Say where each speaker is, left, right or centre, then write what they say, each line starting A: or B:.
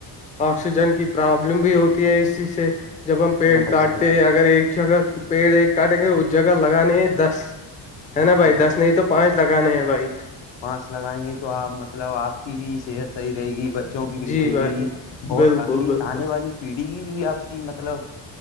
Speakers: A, on the left; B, on the left.
A: آکسیجن کی پرابلم بھی ہوتی ہے اسی سے جب ہم
B: ہے
A: پیڑ
B: ہاں بھائی
A: کاٹتے
B: جان
A: ہیں اگر ایک جگہ پیڑ ایک کاٹیں گے اس جگہ لگانے ہے دس ہے نا
B: ہاں
A: بھائی دس نہیں تو پانچ لگانے ہیں بھائی
B: پانس لگائیں گے تو آپ مطلب آپ کی بھی صحت صحی رہے گی بچوں کی بھی
A: جی
B: رہے
A: بھائی
B: گی اور
A: بالکل
B: اگلی
A: بالکل
B: آنے والی پیڑھی کی بھی آپ کی مطلب